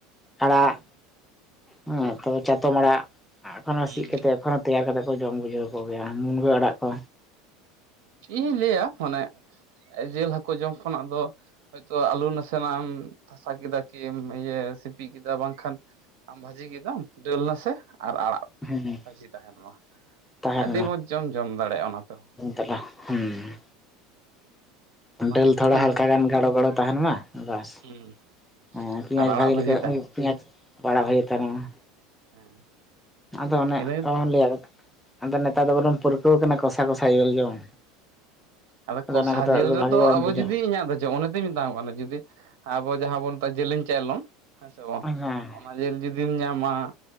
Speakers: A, in the centre; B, on the right.
A: ᱟᱲᱟᱜ᱾ ᱦᱮᱸ, ᱛᱚ ᱪᱟᱛᱚᱢ ᱟᱲᱟᱜ ᱮᱠᱷᱚᱱᱚ
B: ᱦᱩᱸ
A: ᱥᱤᱜ ᱠᱟᱛᱮᱜ ᱮᱠᱷᱚᱱ ᱛᱮᱭᱟᱨ ᱠᱟᱛᱮᱫ ᱠᱚ ᱡᱚᱢ ᱵᱩᱡᱷᱟᱹᱣ ᱠᱚᱜᱮᱭᱟ ᱢᱩᱱᱜᱟᱹ ᱟᱲᱟᱜ ᱠᱚ᱾
B: ᱤᱧᱤᱧ ᱞᱟᱹᱭᱟ ᱢᱟᱱᱮ ᱡᱤᱞ ᱦᱟᱹᱠᱩ ᱡᱚᱢ ᱠᱷᱚᱱᱟᱜ ᱫᱚ᱾ ᱦᱚᱳᱭᱛᱳ ᱟᱹᱞᱩ ᱱᱟᱥᱮᱱᱟᱜ ᱮᱢ ᱛᱷᱟᱥᱟ ᱠᱮᱫᱟ ᱠᱤᱢ ᱤᱭᱟᱹ ᱥᱤᱯᱤ ᱠᱮᱫᱟ ᱵᱟᱝᱠᱷᱟᱱ ᱟᱢ ᱵᱷᱟᱹᱡᱤ ᱠᱮᱫᱟᱢ ᱫᱟᱹᱞ ᱨᱟᱥᱮ ᱟᱨ ᱟᱲᱟᱜ
A: ᱦᱮᱸ
B: ᱵᱷᱟᱹᱡᱤ ᱛᱟᱸᱦᱮᱱ ᱢᱟ,
A: ᱛᱟᱦᱮᱱ
B: ᱟᱹᱰᱤ ᱢᱚᱡᱽ ᱡᱚᱢ ᱫᱟᱲᱮᱭᱟᱜ-ᱟ ᱚᱱᱟ ᱛᱮᱦᱚᱸ᱾
A: ᱠᱟᱫᱟ ᱦᱩᱸ᱾
B: ᱚᱱᱟ
A: ᱫᱟᱹᱞ
B: ᱦᱩᱭᱩᱜ
A: ᱛᱷᱚᱲᱟ
B: ᱠᱚ ᱢᱮᱱ
A: ᱦᱟᱞᱠᱟ
B: ᱠᱟᱛᱷᱟ
A: ᱜᱟᱱ ᱜᱟᱲᱚ ᱜᱟᱲᱚ ᱛᱟᱸᱦᱮᱱ ᱢᱟ ᱵᱟᱥ᱾
B: ᱦᱮᱸ
A: ᱦᱮᱸ ᱯᱮᱸᱭᱟᱡᱽ
B: ᱟᱨ ᱟᱲᱟᱜ
A: ᱵᱷᱟᱜᱮ
B: ᱵᱷᱟᱹᱡᱤ
A: ᱞᱮᱠᱟᱱ
B: ᱛᱟᱦᱮᱱᱟ ᱥᱮ
A: ᱯᱮᱸᱭᱟᱡ ᱵᱟᱲᱟ ᱵᱷᱟᱜᱮ ᱛᱟᱨᱟ <inaudible>
B: ᱦᱮᱸ᱾
A: ᱟᱫᱚ ᱚᱱᱮ
B: ᱤᱱᱟᱹ
A: ᱟᱞᱚᱢ ᱞᱟᱹᱭᱟ᱾ ᱟᱫᱚ ᱱᱮᱛᱟᱨ ᱫᱚ ᱵᱚᱨᱚᱢ ᱯᱚᱨᱠᱟᱹᱣ ᱠᱟᱱᱟ ᱠᱚᱥᱟ ᱠᱚᱥᱟ ᱡᱮᱞ ᱡᱚᱢ᱾
B: ᱟᱫᱚ ᱠᱚᱥᱟ
A: ᱚᱱᱟ ᱠᱟᱛᱮ
B: ᱡᱤᱞ ᱨᱮᱛᱚ
A: ᱵᱷᱟᱜᱤ ᱵᱟᱵᱚᱱ
B: ᱟᱵᱚ
A: ᱵᱩᱡᱟ
B: ᱡᱩᱫᱤ ᱤᱧᱟᱹᱜ ᱫᱚ ᱡᱮ ᱛᱮᱤᱧ ᱢᱮᱛᱟᱢ ᱠᱟᱱᱟ ᱡᱩᱫᱤ ᱟᱵᱚ ᱡᱟᱦᱟᱸ ᱵᱚᱱ ᱢᱮᱛᱟᱜᱼᱟ ᱡᱮᱞᱮᱧ ᱪᱟᱭᱞᱚᱢ᱾ ᱦᱮᱸᱥᱮ ᱵᱟᱝ?
A: ᱦᱮᱸ ᱦᱮᱸ
B: ᱚᱱᱟ ᱡᱤᱞ ᱡᱩᱫᱤᱢ ᱧᱟᱢᱟ